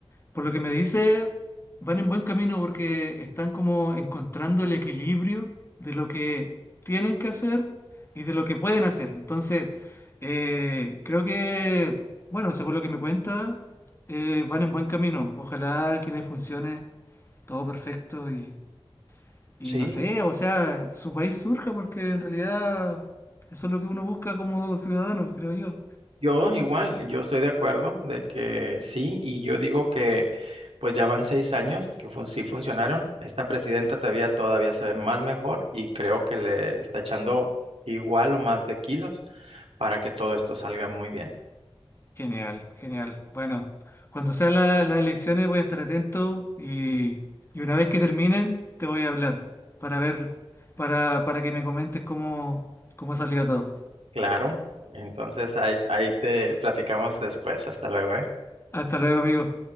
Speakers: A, on the left (about 25°); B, on the right (about 80°).
A: Por lo que me dice, van en buen camino porque están como encontrando el equilibrio de lo que tienen que hacer y de lo que pueden hacer. Entonces, eh, creo que, bueno, según lo que me cuenta, eh, van en buen camino. Ojalá que les funcione todo perfecto y, y
B: sí,
A: no sé, o sea, su país surja porque en realidad eso es lo que uno busca como ciudadano, creo yo.
B: Yo igual, yo estoy de acuerdo de que sí, y yo digo que pues ya van seis años que fun- sí funcionaron. Esta presidenta todavía todavía se ve más mejor y creo que le está echando igual o más de kilos para que todo esto salga muy bien.
A: Genial, genial. Bueno, cuando sean la- las elecciones voy a estar atento y, y una vez que terminen te voy a hablar para ver, para, para que me comentes cómo, cómo salió todo.
B: Claro, entonces ahí, ahí te platicamos después. Hasta luego, ¿eh?
A: Hasta luego, amigo.